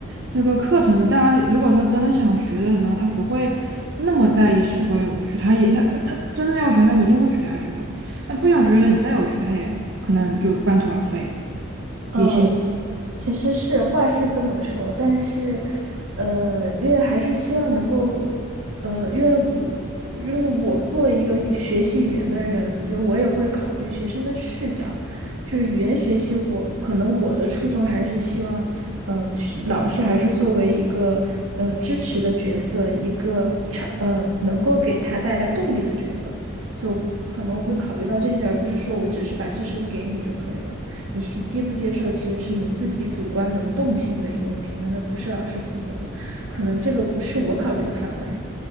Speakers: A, on the right; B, on the right.
A: 这个课程，大家如果说真的想学的人的话，他不会那么在意是否有趣，他也他他他真的要学，他一定会学下去的。那不想学的人，你再有趣，他也可能就半途而废。
B: 嗯，
A: 也
B: 其实是话是这么说，但是，呃，因为还是希望能够，呃，因为我因为我作为一个语学习语言的人，因为我也会考虑学生的视角，就是语言学习我，可能我的初衷还是希望，呃，是老师还是作为一个，呃，支持的角色，一个成，呃，能够给他带来动力的角色，所以可能我会考虑到这些，而不是说我只是把知识给你就可以了。你接接不接受，其实是你自己主观能动性的一个问题，那那不是老师负责的，可能这个不是我考虑的范围。